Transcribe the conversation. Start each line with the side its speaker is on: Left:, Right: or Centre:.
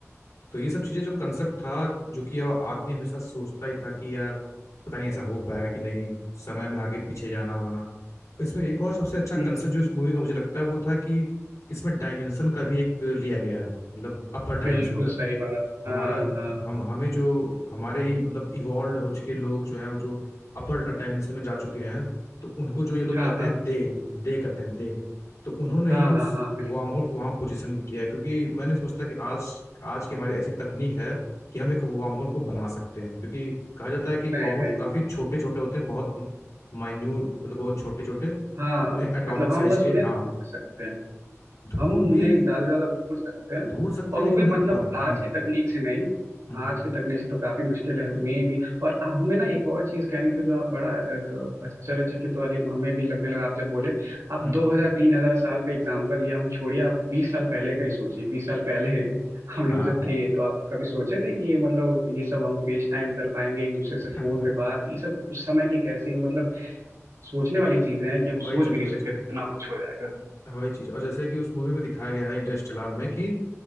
Left: तो ये सब चीजें जो कंसेप्ट था जो कि अब आदमी हमेशा सोचता ही था कि यार पता नहीं ऐसा हो पाएगा कि नहीं समय में आगे पीछे जाना वाना इसमें एक और सबसे अच्छा कंसेप्ट
Right: हम्म, हम्म,
Left: जो इस मूवी का मुझे लगता है वो था कि इसमें डायमेंशन का भी एक लिया गया है मतलब अपर डायमेंशन
Right: बिल्कुल
Left: का
Right: सही बात
Left: हमारा
Right: हाँ हाँ
Left: हम हमें जो हमारे ही मतलब इवॉल्व हो चुके लोग जो हैं वो जो अपर डायमेंशन में जा चुके हैं तो उनको जो ये लोग
Right: हाँ
Left: कहते
Right: हाँ हाँ
Left: हैं दे दे कहते हैं दे तो उन्होंने
Right: हाँ
Left: ही उस
Right: हाँ हाँ बिल्कुल
Left: वार्म होल को वहां पोजीशन किया है, क्योंकि मैंने समझता कि आज आज की हमारी ऐसी तकनीक है कि हम एक वार्म होल को बना सकते हैं क्योंकि कहा जाता है कि
Right: नहीं
Left: वार्म होल
Right: नहीं
Left: काफी छोटे छोटे होते हैं बहुत माइन्यूट मतलब बहुत छोटे छोटे
Right: हाँ
Left: तो उन्हें एटॉमिक
Right: मतलब हम
Left: साइज
Right: बस
Left: के
Right: उन्हें
Left: हाँ
Right: ढूंढ सकते हैं
Left: धूड़
Right: हम नहीं
Left: भी
Right: ज्यादा से ज्यादा ढूंढ सकते हैं
Left: धूड़ सकते
Right: और
Left: हैं लेकिन
Right: वो भी
Left: उन्हें
Right: मतलब
Left: बन
Right: आज
Left: हम्म
Right: की तकनीक से नहीं
Left: हम्म
Right: आज की तकनीक से तो काफी मुश्किल है मे भी और आ- हमें ना एक और चीज कहनी थी जो आप बड़ा एक आश्चर्यचकित वाली हमें भी लगने लगा आप जब बोले आप
Left: हम्म
Right: 2000 3000 साल का एग्जाम्पल लिए हम छोड़िए आप 20 साल पहले का ही सोचिए 20 साल पहले हम लोग
Left: हाँ
Right: जब थे तो आप कभी सोचे थे कि ये मतलब ये सब हम फेस टाइम कर पाएंगे एक दूसरे
Left: <laughs>
Right: से फोन पे बात ये सब उस समय की कैसी मतलब सोचने वाली चीजें हैं कि हम
Left: वही
Right: सोच
Left: चीज
Right: भी नहीं
Left: वही
Right: सकते
Left: चीज
Right: थे इतना कुछ हो जाएगा
Left: वही चीज और जैसे कि उस मूवी में दिखाया गया है इंटरस्टेलर में कि